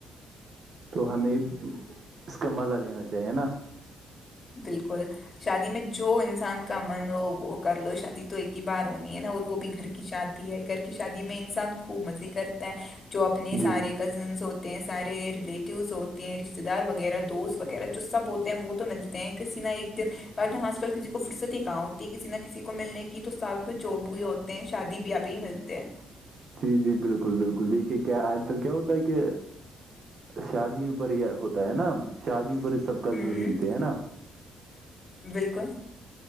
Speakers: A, on the right; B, on the left.
A: تو ہمیں اس کا مزہ لینا چاہیے نا
B: بالکل شادی میں جو انسان کا من ہو وہ کر لو شادی تو ایک ہی بار ہونی ہے نا اور وہ بھی گھر کے کی شادی ہے گھر کی شادی میں انسان خوب مزے کرتا ہے جو اپنے سارے
A: جی
B: کزنس ہوتے ہیں سارے ریلیٹیوز ہوتے ہیں رشتے دار وغیرہ دوست وغیرہ جو سب ہوتے ہیں وہ تو ملتے تینک سینا ایک دن اورن آج کل کسی کو فرصتی ہی کہاں ہوتی کسی نہ کسی کو ملنے کی تو سب جوب بھیئی ہوتی شادی بیا پہ بھی ملتے ہیں
A: جی جی بالکل بالکل دیکھیے کیا آج کل کیا ہوتا ہے کہ شادیوں پر یہ ہوتا ہے نا شادیوں پر سب کزنز
B: ہوں
A: ملتے ہیں نا
B: بالکل